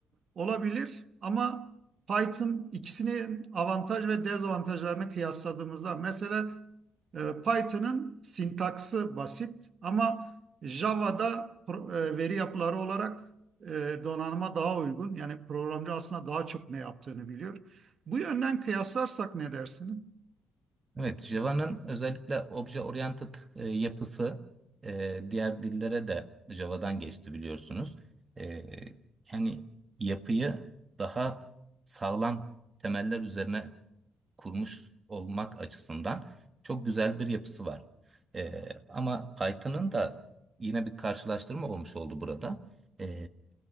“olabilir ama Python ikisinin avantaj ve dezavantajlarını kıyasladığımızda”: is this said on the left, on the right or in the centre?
Right